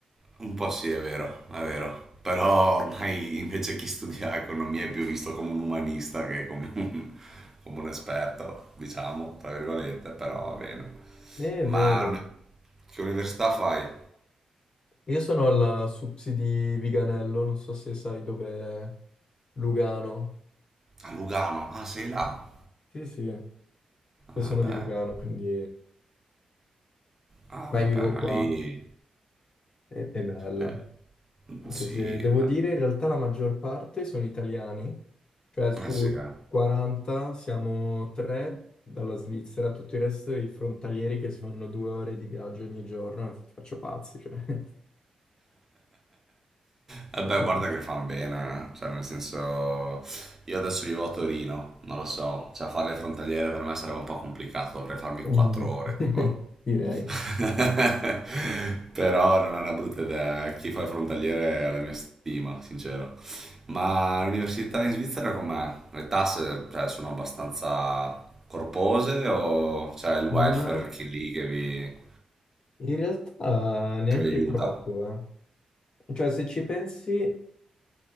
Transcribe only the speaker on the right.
Un po' sì, è vero, è vero. Però ormai invece chi studia economia è più visto come un umanista che come un, come un esperto, diciamo, tra virgolette, però va bene.
Ma
uni- che università fai?
A Lugano. Ah, sei là?
Vabbè.
Ah,
vabbè,
ma
lì...
eh,
sì,
ma...
Eh sì, eh.
E beh,
guarda
che fan bene, eh. cioè nel senso io adesso vivo a Torino, non lo so, cioè fare le frontaliere per me sarebbe un po' complicato, dovrei farmi
4 ore tipo.
<laughs> Però non è una brutta idea, eh. chi fa il frontaliere è la mia stima, sincero. Ma l'università in Svizzera com'è? Le tasse, cioè, sono abbastanza corpose o c'è il welfare
che lì che vi,
che vi aiuta?